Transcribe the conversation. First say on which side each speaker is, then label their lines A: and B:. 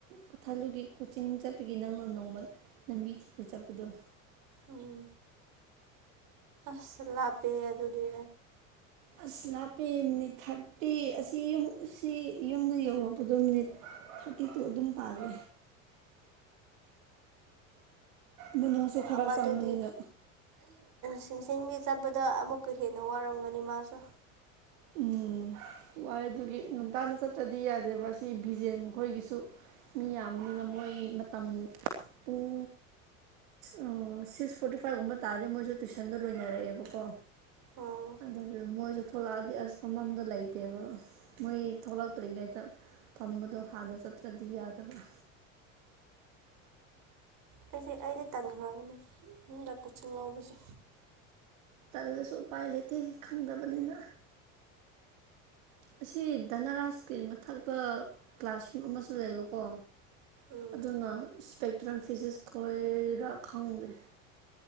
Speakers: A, on the right (about 80°); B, on the right (about 55°).
A: ꯀꯊꯥꯂꯨꯒꯤ ꯀꯣꯆꯤꯡ ꯆꯠꯄꯒꯤ ꯅꯪꯅ ꯅꯣꯡꯃ ꯂꯝꯕꯤ ꯊꯤꯕ ꯆꯠꯄꯗꯣ
B: ꯎꯝ ꯑꯁ ꯂꯥꯛꯄꯦ ꯑꯗꯨꯗꯤ
A: ꯑꯁ ꯂꯥꯞꯄꯦ ꯃꯤꯅꯤꯠ ꯊꯥꯔꯇꯤ ꯑꯁꯤ ꯌꯨꯝ ꯑꯁꯤ ꯌꯨꯝꯗ ꯌꯧꯔꯛꯄꯗꯣ ꯃꯤꯅꯤꯠ ꯊꯥꯔꯇꯤ ꯇ ꯑꯣ ꯑꯗꯨꯅ ꯇꯥꯔꯦ ꯃꯅꯨꯡꯁꯨ ꯈꯔ
B: ꯃꯗꯨꯗꯤ
A: ꯆꯪꯕꯅꯤꯅ
B: ꯁꯤꯡꯁꯤꯡꯒꯤꯒꯤ ꯆꯠꯄꯗ ꯑꯃꯨꯛꯀ ꯍꯦꯟꯅ ꯋꯥꯔꯝꯒꯅꯤ ꯃꯥꯁꯨ
A: ꯎꯝ ꯋꯥꯏꯦ ꯑꯗꯨꯒꯤ ꯉꯝꯇꯥꯅ ꯆꯠꯇ꯭ꯔꯗꯤ ꯌꯥꯗꯦꯕ ꯁꯤ ꯚꯕꯤꯖꯦꯟ ꯈꯣꯏꯒꯤꯁꯨ ꯃꯤ ꯌꯥꯝꯕꯅꯤꯅ ꯃꯣꯏ ꯃꯇꯝ ꯄꯨꯡ ꯑꯣ ꯁꯤꯛꯁ ꯐꯣꯔꯇꯤ ꯐꯥꯏꯚꯒꯨꯝꯕ ꯇꯥꯔꯗꯤ ꯃꯣꯏꯁꯨ ꯇꯨꯏꯁꯟꯗꯣ ꯂꯣꯏꯅꯔꯛꯑꯦꯕꯀꯣ
B: ꯎꯝ
A: ꯑꯗꯨ ꯃꯣꯏꯁꯨ ꯊꯂ ꯗꯤ ꯑꯁ ꯐꯝꯐꯝꯗ ꯂꯩꯇꯦꯕ ꯃꯣꯏ ꯊꯣꯛꯂꯛꯇ꯭ꯔꯤꯉꯩꯗ ꯊꯝꯕꯗꯣ ꯍꯥꯟꯅ ꯆꯠꯇ꯭ꯔꯗꯤ ꯌꯥꯗꯕ꯭ꯔꯥ
B: ꯑꯩꯁꯦ ꯑꯩꯗꯤ ꯇꯟꯈ꯭ꯔꯕꯅꯦ ꯏꯃꯨꯡꯗ ꯀꯣꯆꯤꯡ ꯂꯧꯕꯁꯦ
A: ꯑꯗꯨꯗꯁꯨ ꯎꯄꯥꯏ ꯂꯩꯇꯦ ꯈꯪꯗꯕꯅꯤꯅ ꯑꯁꯤ ꯙꯅꯔꯥꯁꯀꯤ ꯃꯊꯛꯛꯇ ꯀ꯭ꯂꯥꯁꯔꯨꯝ ꯑꯃꯁꯨ ꯂꯩꯕꯀꯣ
B: ꯎꯝ
A: ꯑꯗꯨꯅ ꯏꯁꯄꯦꯛꯇ꯭ꯔꯝ ꯐꯤꯖꯤꯛꯁ ꯈꯣꯏꯔ ꯈꯪꯗꯦ